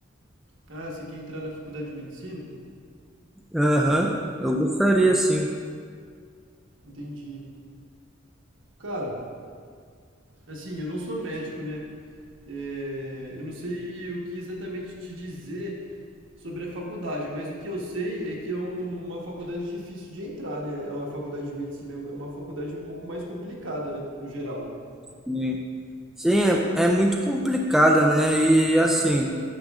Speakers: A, on the right; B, in the centre.
A: Ah, você quer entrar na faculdade de medicina?
B: Aham, eu gostaria sim.
A: Entendi. Cara, assim, eu não sou médico, né? É, eu não sei o que exatamente te dizer sobre a faculdade, mas o que eu sei é que é um- uma faculdade difícil de entrar, né? A faculdade de medicina é uma faculdade um pouco mais complicada, né? No geral.
B: Sim, Sim, é, é muito complicada, né? E assim,